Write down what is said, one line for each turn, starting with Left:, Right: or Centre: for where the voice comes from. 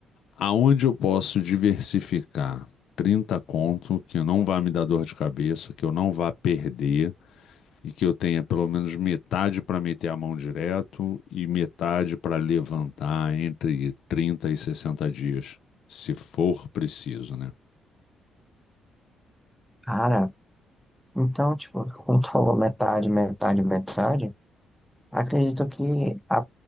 Left: aonde eu posso diversificar 30 conto que não vá me dar dor de cabeça, que eu não vá perder e que eu tenha pelo menos metade para meter a mão direto e metade para levantar entre 30 e 60 dias, se for preciso, né?
Centre: Cara, então, tipo, como tu falou metade, metade, metade, acredito que a,